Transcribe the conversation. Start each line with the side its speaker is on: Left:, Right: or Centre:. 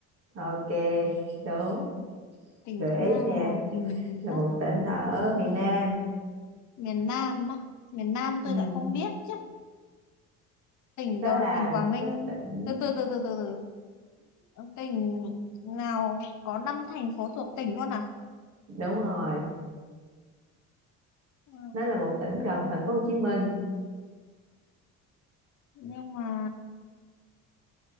Right: ok đúng
Left: tỉnh
Right: gợi
Left: thứ
Right: ý
Left: hai
Right: nè
Left: là tỉnh gì
Right: là
Left: ta?
Right: một tỉnh ở miền Nam
Left: Miền Nam á. Miền Nam
Right: ừ
Left: tôi lại không biết chứ. Tỉnh
Right: nó
Left: đầu
Right: là
Left: là tỉnh Quảng
Right: một
Left: Ninh.
Right: cái tỉnh
Left: Từ từ từ từ từ từ. Tỉnh nào có năm thành phố thuộc tỉnh luôn à?
Right: đúng rồi
Left: Ừ,
Right: nó là một tỉnh gần thành phố Hồ Chí Minh
Left: Nhưng mà